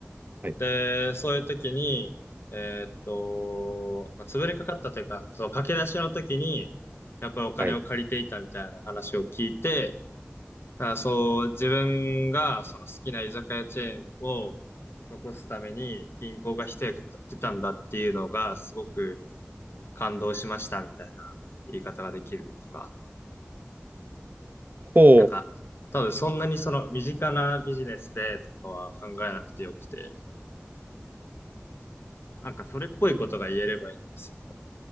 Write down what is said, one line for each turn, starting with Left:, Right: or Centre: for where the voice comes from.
Right: はい、
Left: で、そういう時に、えっと、まあ、潰れかかったというか、そう、駆け出しの時に、やっぱりお金を借りていたみたいな話を聞いて、
Right: はい。
Left: だからそう、自分がその好きな居酒屋チェーンを残すために銀行が一役買ってたんだっていうのがすごく感動しましたみたいな言い方ができるとか、
Right: ほ
Left: なんか多分そんなにその身近なビジネスでとかは考えなくてよくて、なんかそれっぽいことが言えればいいんですよ、多分。